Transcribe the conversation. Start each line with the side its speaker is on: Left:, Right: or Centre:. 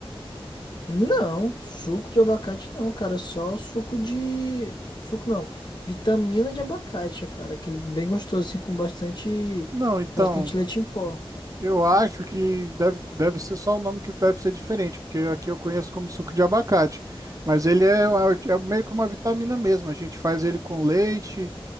Left: Não, suco de abacate não, cara. Só suco de. Suco não. Vitamina de abacate, cara. Aquele bem gostoso, assim, com bastante.
Right: Não, então,
Left: Bastante leite em pó.
Right: eu acho que deve, deve ser só o nome que deve ser diferente, porque aqui eu conheço como suco de abacate. Mas ele é, uma- é meio que uma vitamina mesmo. A gente faz ele com leite,